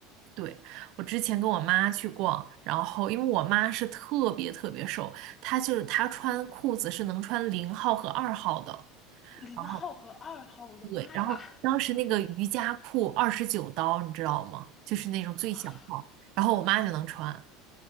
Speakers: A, on the right; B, on the left.
A: 对，我之前跟我妈去逛，然后因为我妈是特别特别瘦，她就是她穿裤子是能穿零号和二号的。
B: 零号和二号，
A: 然后
B: 我的妈呀！
A: 对，然后当时那个瑜伽裤二十九刀，你知道吗？就是那种最小号，
B: 哇，
A: 然后我妈就能穿，